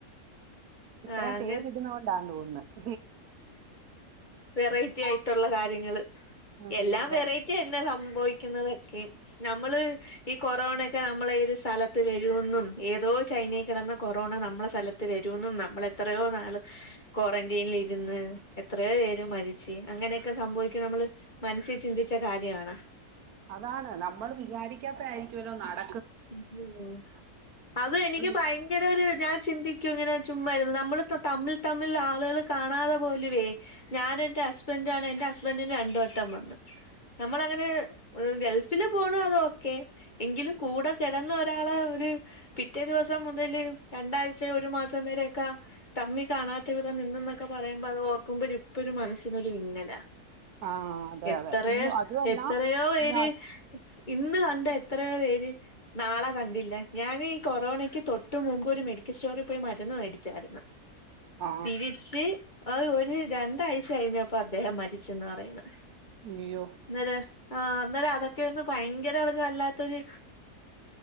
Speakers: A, on the right; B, on the left.
A: ഇത്രയും
B: ആ അങ്ങനെ
A: പേര് ഇടുന്ന കൊണ്ടാന്ന് തോന്ന് എന്ന
B: വെറൈറ്റി ആയിട്ടുള്ള കാര്യങ്ങ ങ്ങള്
A: ഉം
B: എല്ലാം
A: അതെ
B: വെറൈറ്റി തന്നെ സം സംഭവിക്കുന്നതൊക്കെ നമ്മള് ഈ കൊറോണൊക്കെ നമ്മള ത് സ്ഥലത്ത് വരൂന്നും ഏതോ ചൈനൽ കിടന്ന കൊറോണ നമ്മള സ്ഥലത്ത് വരൂന്നും നമ്മൾ എത്രയോ നാള് ക്വാറന്റൈനിൽ ഇ മരുന്ന് എത്രയോ പേര് മരിച്ച് അങ്ങനെയൊക്കെ സംഭവിക്കുന്ന് നമ്മള് മനസ്സിൽ ചിന്തിച്ച കാര്യാമാണാ
A: അതാണ് നമ്മൾ വിചാരിക്കാത്ത ആയിരിക്കുവല്ലോ നട
B: ഉം അത് എനിക്ക്
A: നമ്മൾ വി
B: ഭയങ്കര ഒരു ഞാൻ ചിന്തിക്കും ഇങ്ങനെ ചുമ്മാരുന്നു നമ്മൾ തമ്മിൽ തമ്മിൽ ആളുകളെ കാണാതെ പോലുവേ ഞാൻ എന്റെ ഹസ്ബൻഡും ആണ് എന്റെ ഹസ്ബൻ്റിന് രണ്ട് വട്ടം വന്ന് നമ്മളങ്ങനെ ഗൾഫ് പോണ അത് ഓക്കെ എങ്കിലും കൂട കിടന്ന ഒരാള ഒരു പിറ്റേ ദിവസം മുതല് രണ്ടാഴ്ച ഒരു മാസം വരെയൊക്കെ തമ്മി കാണാത്ത വിധം നിന്നന്നൊക്കെ പറയുമ്പോ അത് ഓ ക്കുപോ ഇപ്പൊ ഒരു മനസ്സിനൊരു വിങ്ങല
A: ആ അതെ
B: എത്രയോ
A: അതെ അയ്യോ അതുമല്ല
B: എത്രയോ പേര്
A: ഈ ആ
B: ഇന്ന് കണ്ട എത്രയോ പേര് നാളെ കണ്ടില്ല ഞാൻ ഈ കൊറോണക്ക് തൊട്ടു മുൻപ് ഒരു മെഡിക്കൽ സ്റ്റോറിൽ പോയി മരുന്ന് മേടിച്ചായിരുന്നു
A: ആ
B: തിരിച്ച് അ ഒരു രണ്ടാഴ്ച കഴിഞ്ഞപ്പ അദ്ദേഹം മരിച്ചെന്ന് പറയുന്നു
A: അയ്യോ
B: അന്നേരം ആ അന്നേരം അതൊക്കെന്ന് ഭയങ്കര ന്താ അവൻ വല്ലാത്തൊര്